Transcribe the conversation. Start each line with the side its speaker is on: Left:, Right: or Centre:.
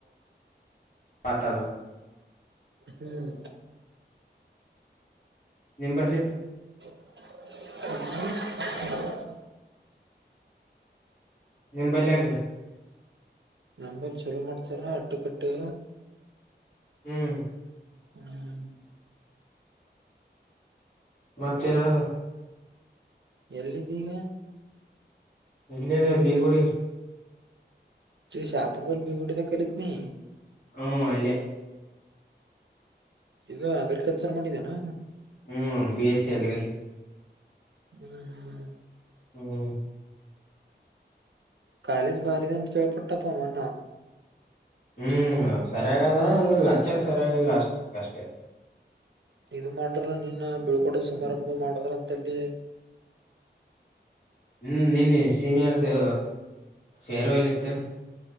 Left: ಮಾತಾಡ
Right: ಹ್ಮ್
Left: ನಿಂಬಲ್ಲಿ
Right: <unintelligible>
Left: ನಿಮ್ಮ ಬಲ್ಲಿ ಹೆಂಗ
Right: ನಂದೊಂದ್ ಚಲೋ ಮಾಡ್ತಾರ ಅಲ್ಲ ಅಟ್ಟಕ ಅಟ್ಟೆ
Left: ಹ್ಮ್
Right: ಹ್ಮ್
Left: ಮತ್ತೇನಡದು
Right: ಎಲ್ಲಿದಿ ಈಗ
Left: ಇಲ್ಲೇನೇ ಭೀ ಗುಡಿ
Right: ಶಹಾಪುರದಲ್ಲಿ ಭೀ ಗುಡಿಯಲ್ಲಿ ಕಲಿತಿ ನೀ
Left: ಹೂ ಅಲ್ಲೇ
Right: ಇದು ಅಗ್ರಿಕಲ್ಚರ್ ಮಾಡಿದೇ ಏನು
Left: ಹೂ ಬಿಎಸ್ಸಿ ಅಗ್ರಿ
Right: ಹ್ಮ್್ಮ್ಮ
Left: ಹ್ಮ್
Right: ಕಾಲೇಜ್ ಬಾರಿ ಅದ ಅಂತ ಕೇಳಪಟ್ಟೆ ಮೊನ್ನೆ
Left: ಹ್ಮಸರಿಯಾಗದ ಅಂದರ ಲೆಕ್ಚರ್ ಸರಿಯಾಗಿ ಇಲ್ಲಾ ಅಷ್ಟಕ ಅಷ್ಟೇ
Right: ಇದು ಮಾಡ್ಯಾರ ನಿನ್ನೆ ಬಿಳ್ಕೋಡೆ ಸಮಾರಂಭ ಮಾಡಿದ್ರ ಅಂತಲ್ಲಿ
Left: ಹೂ ನಿನ್ನೆ ಸೀನಿಯರದು ಪೇರವಲ್ ಇತ್ತು